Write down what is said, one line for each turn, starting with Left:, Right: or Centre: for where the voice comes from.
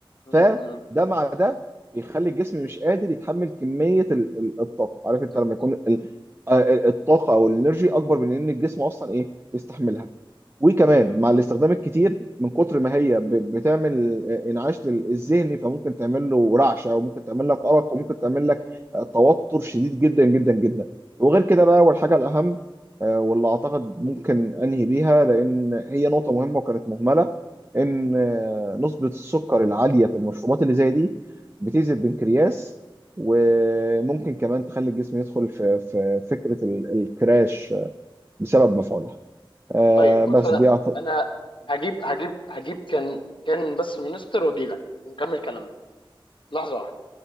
Left: مم.
Right: فده
Left: مم.
Right: مع ده بيخلي الجسم مش قادر يتحمل كمية ال- ال- الطاقة عارف
Left: بالضبط
Right: انت لما يكون ال- آه، آه، الطاقة او الانرجي اكبر من ان الجسم اصلا ايه يستحملها وكمان مع الاستخدام الكتير من كتر ما هي ب- بتعمل آه، انعاش لل- الذهني فممكن تعمل له رعشة وممكن تعمل لك أرق وممكن تعمل لك آه، توتر شديد جدا جدا جدا وغير كده بقى والحاجة الأهم آه، واللي أعتقد ممكن أنهي بيها لأن هي نقطة مهمة وكانت مهملة ان آه، نسبة السكر العالية في المشروبات اللي زي دي بتأذي البنكرياس وممكن كمان تخلي الجسم يدخل في في فكرة ال- الكراش بسبب مفعولها آه،
Left: طيب بص
Right: بس
Left: انا
Right: دي أعتقد
Left: انا هجيب هجيب هجيب كان كان بس مونستر واجي لك ونكمل كلامنا لحظه واحدة.